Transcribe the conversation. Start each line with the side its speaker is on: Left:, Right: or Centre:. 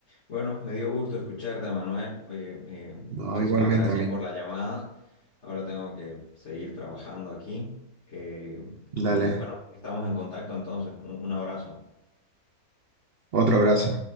Left: Bueno, me dio gusto escucharte, Manuel. Oye, eh,
Right: No,
Left: muchísimas
Right: igualmente
Left: gracias
Right: a mí.
Left: por la llamada. Ahora tengo que seguir trabajando aquí. Eh, y
Right: Dale,
Left: bueno, estamos en contacto entonces. un un abrazo.
Right: otro abrazo.